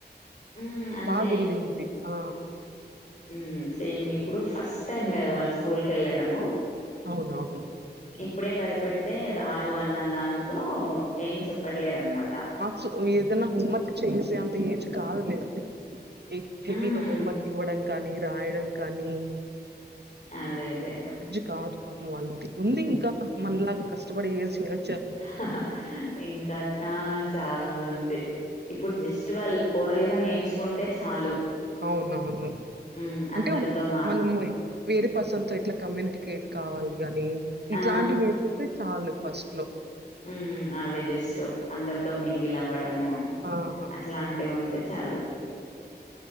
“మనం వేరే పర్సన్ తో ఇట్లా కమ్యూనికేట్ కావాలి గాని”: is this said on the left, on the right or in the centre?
Right